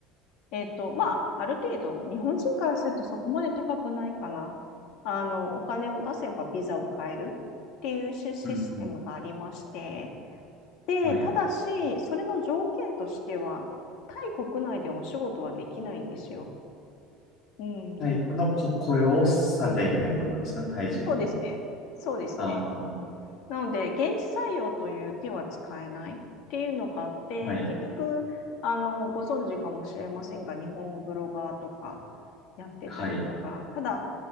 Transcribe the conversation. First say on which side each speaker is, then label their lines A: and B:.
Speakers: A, on the left; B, on the left.
A: えっと、まあ、ある程度、日本人からするとそこまで高くないかな。あの、お金を出せばビザを買えるっていうシシステムがありまして、
B: うん。
A: で、
B: はい。
A: ただし、それの条件としては、タイ国内でお仕事はできないんですよ。うん。
B: 体育のこ雇用をされてはいけないところですかね。タイ人に。
A: そうですね。そうですね。
B: あ
A: なので、現地採用という手は使えないっていうのがあって、
B: あ、はい、
A: 結局、あの、ご存知かもしれませんが、日本のブロガーとかやってたりとか、
B: はい、
A: ただ、